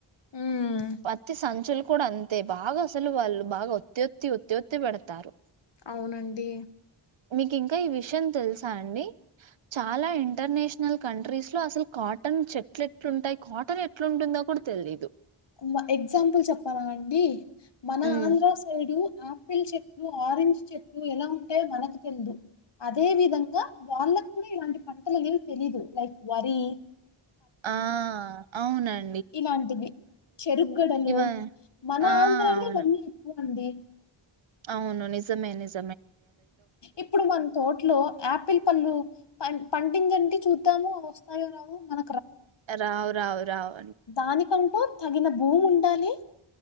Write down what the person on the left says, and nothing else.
ఉమ్
అవునండి
కుమ్వ ఎగ్జాంపుల్ చెప్పాలా అండి. మన
ఆంధ్ర సైడూ. ఆపిల్ చెట్లు, ఆరెంజ్ చెట్లు ఎలా ఉంటాయో మనకు తెల్దు, అదే విధంగా వాళ్ళక్ కూడా ఇలాంటి పంటలు అనేవి తెలీదు లైక్ వరీ.
ఇలాంటివి చెరుగడలు
మన
ఆంధ్రాలో
ఇవన్నీ ఎక్కువ అండి
ఇప్పుడు మన తోటలో ఆపిల్ పళ్ళు పన్ పంటించంటి చూద్దాము అవి వస్తావో రావో మన
దానికంటు తగిన భూమి ఉండాలి